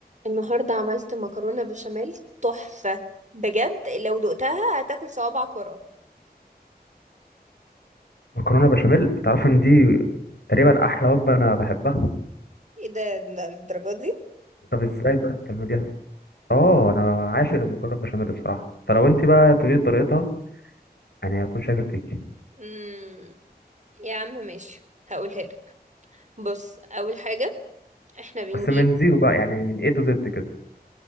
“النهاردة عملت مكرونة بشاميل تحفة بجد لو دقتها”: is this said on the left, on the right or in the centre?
Right